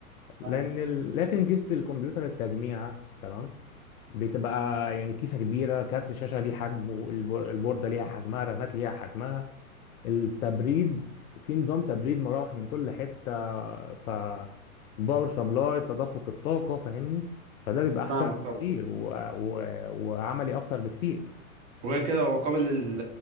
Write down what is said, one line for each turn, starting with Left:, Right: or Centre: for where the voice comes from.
Left: لأن
Right: فاهم.
Left: ال لكن كيسة الكمبيوتر التجميعة تمام؟ بتبقى يعني كيسة كبيرة كارت شاشة ليه حجمه البو- البوردة ليها حجمها رامات ليها حجمها التبريد في نظام تبريد مراوح من كل حتة ف باور سبلاي تدفق الطاقة فاهمني فده بيبقى أحسن
Right: فاهمك طبعا
Left: بكتير و... و... وعملي أكتر بكتير
Right: وغير كده هو قابل لل-